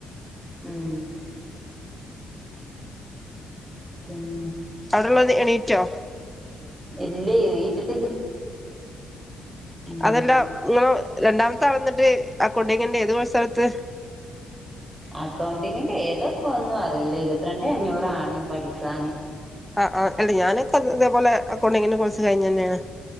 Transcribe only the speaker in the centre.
അടുുള്ളത് എണീറ്റോ
അതെല്ലാം നിങ്ങെ രണ്ടാമത്തൊ വന്നിട്ട് ആ കൊട്ടങ്ങ ഏത് കോഴ സ്ഥലത്ത്
ആ ആ അല്ല ഞാനൊക്കെ ഇതേപോലെ അക്കൗണ്ടിങ്ങിനെ കുഴസ് കഴിഞ്ഞു തന്നെയാണ്